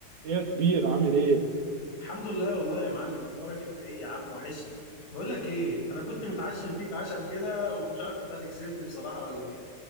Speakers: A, on the right (about 80°); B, on the left (about 80°).
A: ايه يا كبير عامل ايه
B: الحمد لله والله يا معلم اخبارك انت ايه يا عم وحشني بقول لك ايه انا كنت متعشم فيك عشم كده ومش عارف انت هتكسفني بصراحة ولا ايه